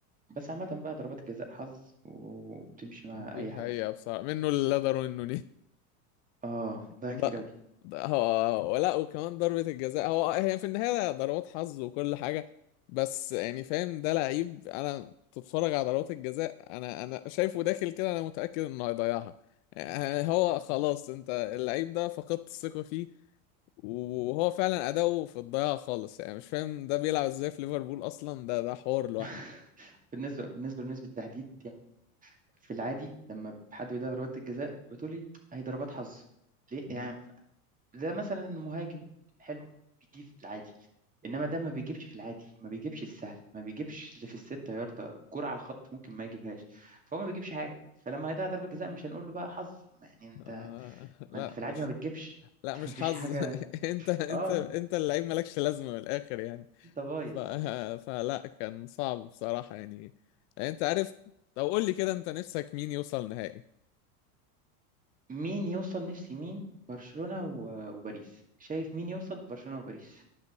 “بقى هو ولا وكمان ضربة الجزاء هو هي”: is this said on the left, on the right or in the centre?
Left